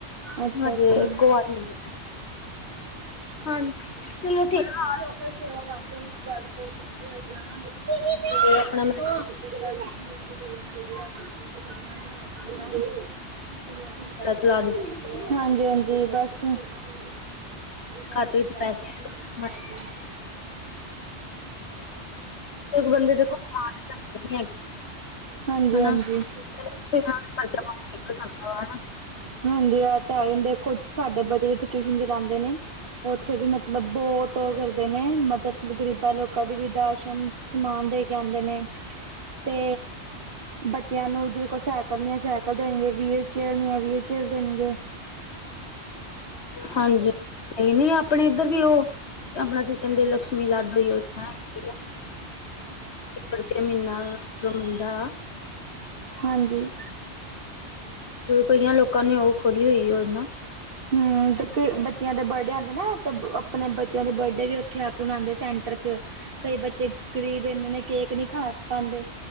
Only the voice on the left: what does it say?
ਹਜੇ
ਇੱਕੋ ਵਾਰੀ ਮਿਲੇ ਨੇ।
ਹਾਂਜੀ, ਚਲੋ ਠੀਕ ਆ।
ਤੇ ਆਪਣਾ ਮੈਂ
ਚਲਾ ਦਿੱਤੀ
ਖਾਤੇ ਵਿੱਚ ਪੈਸੇ ਇੱਕ ਬੰਦੇ ਦੇਖੋ ਕਮਾ ਤੇ ਸਕਦੇ ਨੀ ਹੈਗੇ
ਹਨਾ।
ਖਰਚਾ ਪਾਣੀ ਨਿਕਲ ਸਕਦਾ ਵਾ ਹਨਾ।
ਹਂਜੀ, ਨਹੀਂ ਨਹੀਂ ਅਪਨੇ ਇੱਧਰ ਵੀ ਉਹ ਅਪਨਾ ਕੀ ਕੈਂਦੇ ਲਕਸ਼ਮੀ ਲਾਡੋ ਯੋਜਨਾ ਹੈਗੀ ਆ। ਇੱਕ ਰੁਪਏ ਮਹੀਨਾ ਜੋ ਮਿਲਦਾ।
ਕਈਆਂ ਲੋਕਾਂ ਨੇ ਔਹ ਖੋਲੀ ਹੋਈ ਯੋਜਨਾ।